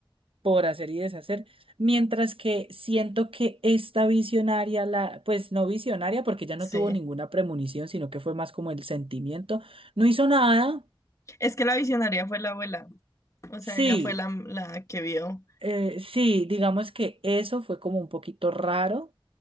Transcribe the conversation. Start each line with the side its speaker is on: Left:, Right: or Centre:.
Right: por hacer y deshacer. Mientras que siento que esta visionaria, la, pues no visionaria, porque ya
Left: Sí.
Right: no tuvo ninguna premonición, sino que fue más como el sentimiento, no hizo nada.
Left: Es que la visionaria fue la abuela. O
Right: Sí.
Left: sea, ella fue la, la que vio.
Right: Eh, sí, digamos que eso fue como un poquito raro,